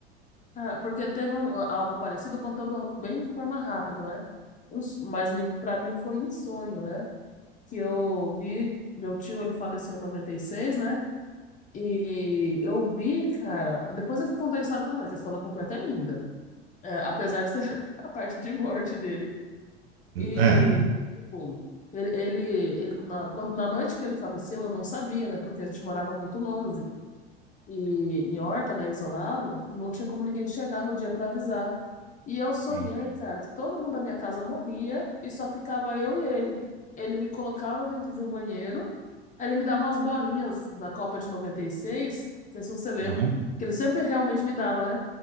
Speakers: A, on the left; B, on the right.
A: Ah, Porque teve um- algo parecido, contando bem de forma rápida, né? Um s- mas nem- pra mim foi em sonho, né? Que eu vi, meu tio, ele faleceu em 96 né? E eu vi, cara. Depois eu vou contar a história completa, que a história completa é linda. É, apesar de ser <laughs> a parte de morte dele. E
B: É,
A: tipo, ele, ele, ele- na, quando- na noite que ele faleceu, eu não sabia, né? Porque a gente morava muito longe. E em Horta, né, isolado, não tinha como ninguém chegar no dia para avisar. E eu sonhei,
B: Sim.
A: cara, que todo mundo da minha casa morria e só ficava eu e ele. Ele me colocava dentro de um banheiro, aí ele me dava umas bolinhas da Copa de 96, não sei se você lembra,
B: Aham,
A: que ele sempre realmente me dava, né?